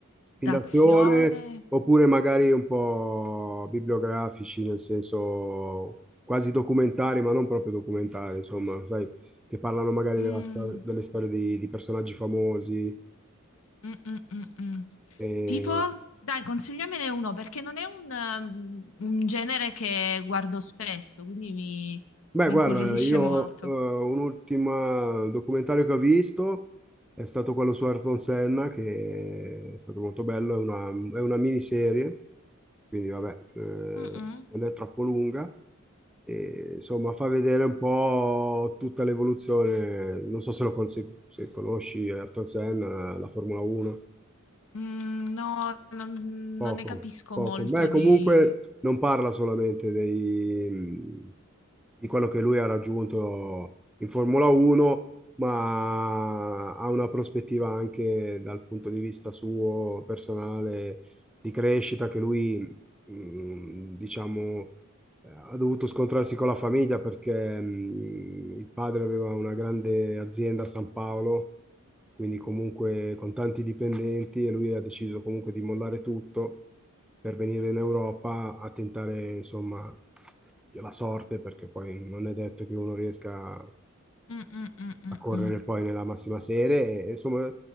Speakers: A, in the centre; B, on the left (about 70°).
A: Film
B: d'azione.
A: d'azione oppure magari un po' bibliografici, nel senso quasi documentari, ma non proprio documentari, insomma, sai, che parlano magari
B: Mm,
A: della stor- delle storie di, di personaggi famosi,
B: mm, mm, mm, mm.
A: E
B: Tipo, dai, consigliamene uno perché non è un, um, un genere che guardo spesso, quindi mi,
A: Beh,
B: mi
A: guarda,
B: incuriosisce
A: io
B: molto.
A: eh, un ultimo documentario che ho visto è stato quello su Ayrton Senna, che è stato molto bello, è una, è una miniserie, quindi vabbè, eh,
B: Mm, mm.
A: non è troppo lunga, e insomma fa vedere un po' tutta l'evoluzione, non so se lo con- se- se conosci Ayrton Senna, la Formula 1.
B: Mm, no, non
A: Poco,
B: non ne capisco
A: poco.
B: molto
A: Beh, comunque
B: di...
A: non parla solamente dei- di quello che lui ha raggiunto in Formula 1, ma ha una prospettiva anche dal punto di vista suo personale di crescita che lui, mh, diciamo, eh, ha dovuto scontrarsi con la famiglia perché, mh, il padre aveva una grande azienda a San Paolo quindi comunque con tanti dipendenti e lui ha deciso comunque di mollare tutto per venire in Europa a tentare, insomma, la sorte, perché poi non è detto che uno riesca
B: Mm, mm, mm, mm,
A: a correre
B: mm,
A: poi nella massima serie, e, insomma,